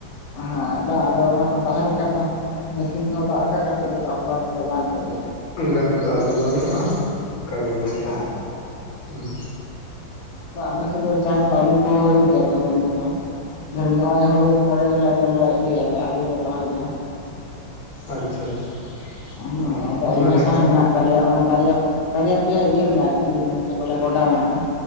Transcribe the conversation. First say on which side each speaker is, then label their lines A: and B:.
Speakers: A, on the left (about 65°); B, on the left (about 85°).
A: ᱦᱮᱸ ᱵᱟᱝ ᱟᱫᱚ ᱚᱱᱟ ᱠᱚ ᱛᱟᱦᱮᱸ ᱞᱮᱠᱷᱟᱭ ᱫᱚ ᱢᱮᱥᱤᱱ ᱛᱮᱦᱚᱸ ᱫᱟᱜᱽ ᱨᱟᱠᱟᱵ ᱠᱟᱛᱮᱜ ᱫᱚ ᱪᱟᱥ ᱵᱟᱥ ᱫᱚ ᱜᱟᱱ ᱠᱚᱜᱮᱭᱟ᱾
B: ᱜᱟᱱ ᱠᱚᱜᱼᱟ ᱟᱫᱚ ᱵᱟᱹᱱᱩᱜᱼᱟ ᱚᱱᱠᱟ ᱵᱮᱵᱚᱥᱛᱷᱟ
A: ᱦᱮᱸ
B: ᱦᱩᱸ,
A: ᱵᱥ ᱟᱞᱮᱥᱮᱜ ᱫᱚ ᱪᱟᱥ ᱫᱚ ᱟᱞᱩ ᱠᱚᱦᱚᱸ ᱦᱩᱭᱩᱜ ᱜᱮᱭᱟ ᱫᱷᱚᱨᱚᱱ ᱫᱤᱱ ᱦᱚᱸ᱾ ᱱᱚᱜᱼᱚᱭ ᱦᱩᱲᱩ ᱯᱚᱨᱮ ᱜᱮᱞᱮ ᱟᱫᱚᱞᱮ ᱤᱭᱟᱹᱭᱟᱞᱮ ᱟᱞᱩ ᱞᱮ ᱨᱚᱦᱚᱭ ᱜᱮᱭᱟ᱾
B: ᱟᱪᱪᱷᱟ ᱟᱪᱪᱷᱟ᱾
A: ᱦᱩᱸ
B: ᱚ
A: ᱟᱫᱚ
B: ᱢᱟᱱᱮ
A: ᱟᱞᱩ ᱦᱟᱥᱟ ᱦᱚᱸ ᱢᱮᱱᱟᱜ ᱛᱟᱞᱮᱭᱟ ᱚᱱᱟ ᱵᱟᱨᱭᱟ ᱵᱟᱨᱭᱟ ᱯᱮᱭᱟ ᱤᱭᱟᱹ ᱢᱮᱱᱟᱜᱼᱟ ᱟᱨᱠᱤ ᱪᱮᱜ ᱠᱚ ᱞᱟᱹᱭ ᱜᱚᱰᱟ ᱢᱮᱱᱟᱜᱼᱟ